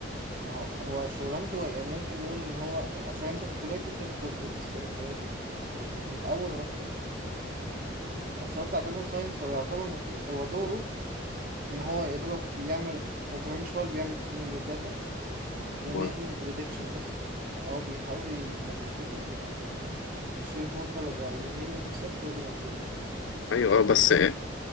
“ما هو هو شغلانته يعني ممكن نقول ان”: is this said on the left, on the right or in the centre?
Right